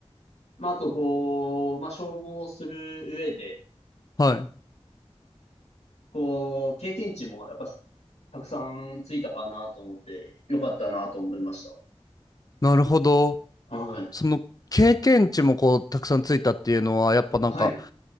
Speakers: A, on the left; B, on the left.
A: まあ、あと、こう、まあ、消防する上で、
B: はい。
A: こう、経験値も、やっぱ、たくさんついたかなと思って、よかったなと思いました。
B: なるほど。
A: はい。
B: その経験値もこうたくさんついたっていうのはやっぱなんか
A: はい。